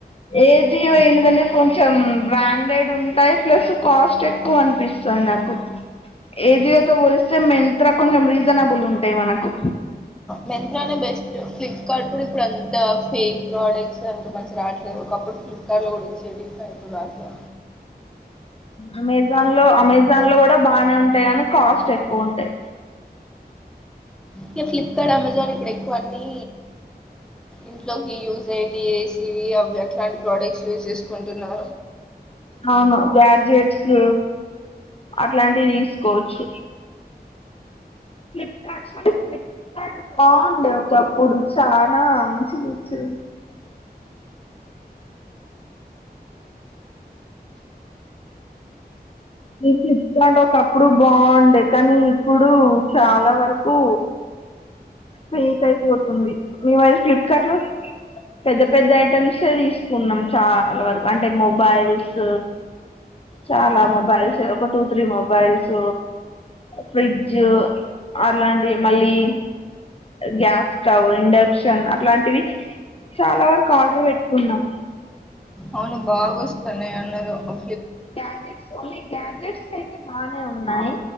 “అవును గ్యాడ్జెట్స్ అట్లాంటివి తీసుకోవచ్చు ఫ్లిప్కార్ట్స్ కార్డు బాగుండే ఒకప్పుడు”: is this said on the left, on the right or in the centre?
Left